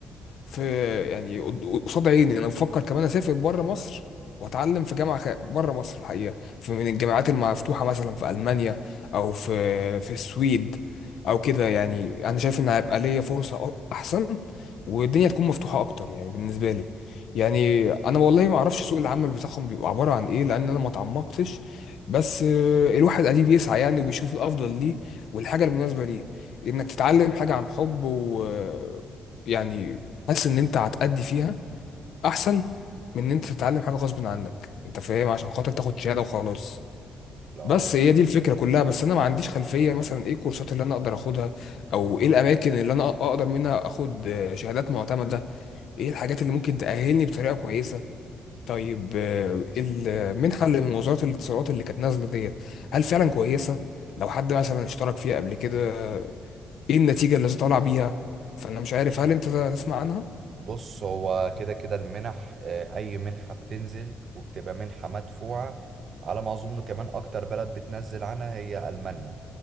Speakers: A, on the left (about 70°); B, on the right (about 55°).
A: في يعني قد- قصاد عيني انا بفكر كمان اسافر بره مصر واتعلم في جامعه خ- بره مصر الحقيقه في من الجامعات المفتوحه مثلا في المانيا او في في السويد او كده يعني انا شايف ان هيبقى ليا فرصه أ- احسن والدنيا تكون مفتوحه اكتر يعني بالنسبه لي يعني انا والله ما اعرفش سوق العمل بتاعهم بيبقى عباره عن ايه لان انا ما اتعمقتش بس آه، الواحد اديه بيسعى يعني وبيشوف الافضل ليه والحاجه المناسبه ليه انك تتعلم حاجه عن حب و آه، يعني حاسس ان انت هتأدي فيها احسن من ان انت تتعلم حاجه غصب عنك انت فاهم عشان خاطر تاخد شهاده وخلاص
B: لا
A: بس هي دي الفكره كلها بس انا ما عنديش خلفيه مثلا ايه الكورسات اللي انا اقدر اخدها او ايه الاماكن اللي انا اقدر منها اخد آه، شهادات معتمده ايه الحاجات اللي ممكن تأهلني بطريقه كويسه طيب آه، المنحة اللي من وزارة الاتصالات اللي كانت نازلة ديت هل فعلا كويسة؟ لو حد مثلا اشترك فيها قبل كده آه، ايه النتيجة اللي طالع بيها؟ فأنا مش عارف هل أنت تسمع عنها؟
B: بص هو كده كده المنح آه، اي منحة بتنزل وبتبقى منحة مدفوعة على ما اظن كمان اكتر بلد بتنزل عنها هي المانيا